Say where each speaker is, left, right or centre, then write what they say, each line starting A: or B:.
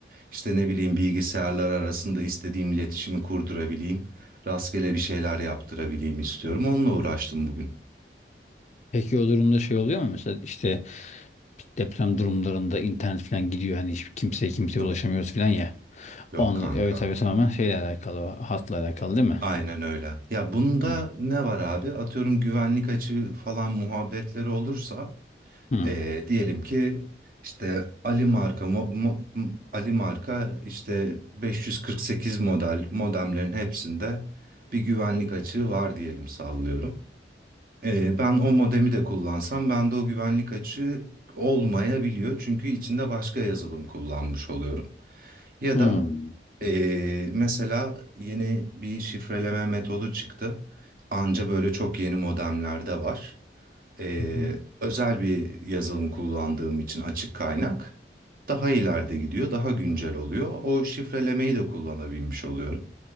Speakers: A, on the right (about 50°); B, on the left (about 40°).
A: İşte ne bileyim bilgisayarlar arasında istediğim iletişimi kurdurabileyim. Rastgele bir şeyler yaptırabileyim istiyorum. Onunla uğraştım bugün.
B: Peki o durumda şey oluyor mu? Mesela işte deprem durumlarında internet falan gidiyor. Hani hiç kimseye kimseye
A: Yok,
B: ulaşamıyoruz falan ya.
A: yok
B: Onunla,
A: kanka.
B: evet tabii tamamen şeyle alakalı. Hatla alakalı değil mi?
A: Aynen öyle. Ya bunda
B: Hı.
A: ne var abi? Atıyorum güvenlik açığı falan muhabbetleri olursa
B: Hı.
A: eee, diyelim ki işte Ali marka mo- mo- m- Ali marka işte 548 model modemlerin hepsinde bir güvenlik açığı var diyelim sallıyorum. Ee, ben o modemi de kullansam bende o güvenlik açığı olmayabiliyor. Çünkü içinde başka yazılım kullanmış oluyorum. Ya
B: Hı.
A: da ee, mesela yeni bir şifreleme metodu çıktı. Anca böyle çok yeni modemlerde var. Ee,
B: Hı hı.
A: özel bir yazılım kullandığım için açık kaynak daha ileride gidiyor, daha güncel oluyor. O şifrelemeyi de kullanabilmiş oluyorum.